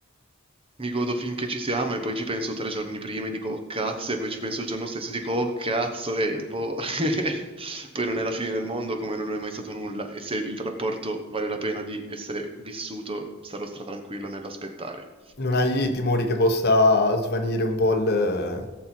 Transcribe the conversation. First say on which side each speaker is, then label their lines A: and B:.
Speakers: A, on the right; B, on the left.
A: mi godo finché ci siamo e poi ci penso 3 giorni prima e dico "Oh cazzo" e poi ci penso il giorno stesso e dico "Oh cazzo" e boh. <laughs> Poi non è la fine del mondo come non lo è mai stato nulla e se il rapporto vale la pena di essere vissuto sarò stratranquillo nell'aspettare.
B: Non hai timori che possa svanire un po' il-